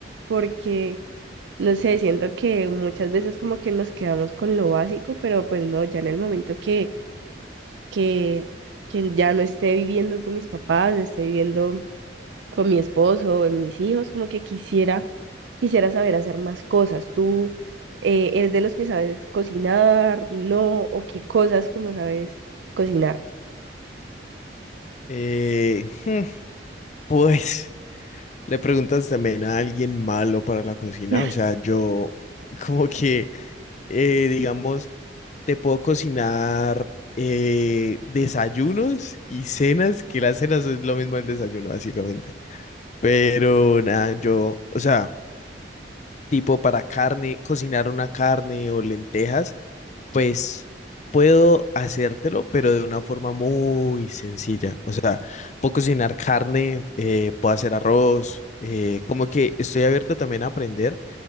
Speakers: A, on the right; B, on the left.
A: porque, no sé, siento que muchas veces como que nos quedamos con lo básico, pero pues no, ya en el momento que, que, que ya no esté viviendo con mis papás, esté viviendo con mi esposo, en mis hijos, como que quisiera, quisiera saber hacer más cosas. ¿Tú eh, eres de los que sabes cocinar, no? ¿O qué cosas como sabes cocinar?
B: Eh, hmm, pues, ¿le preguntas también a alguien malo para la cocina?
A: <laughs>
B: O sea, yo <laughs> como que, eh, digamos, te puedo cocinar eh, desayunos y cenas, que las cenas es lo mismo el desayuno, básicamente. Pero nada, yo, o sea, tipo para carne, cocinar una carne o lentejas. Pues puedo hacértelo, pero de una forma muy sencilla. O sea, puedo cocinar carne, eh, puedo hacer arroz, eh, como que estoy abierto también a aprender,